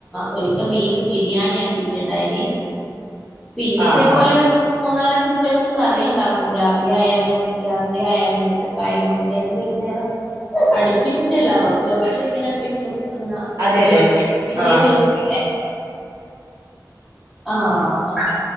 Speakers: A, in the centre; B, on the right.
A: ഒരിക്ക ബീഫ് ബിരിയാണി ആക്കിയിട്ടുണ്ടായിന് പിന്നെ
B: ആഹ്
A: ഇതേപോലെ
B: ആഹ്
A: <unintelligible> മൂന്നാലഞ്ച് പ്രാവശ്യം കറി ഉണ്ടാക്കും രാവിലെ ആയാലും രാത്രി ആയാലും ഉച്ച ക്കായാലും അങ്ങനെ ഏതെങ്കിലും ഒരു നേരം അടുപ്പിച്ചിട്ടില്ല കൊറച്ച് കൊറച്ച് ഇങ്ങനെ എപ്പോങ്കിലും അങ്ങനാ <unintelligible>
B: അതെ അതെ
A: ഇത്രേം
B: ആഹ്
A: ദിവസം ഇല്ലേ ആഹ് അങ്ങനാ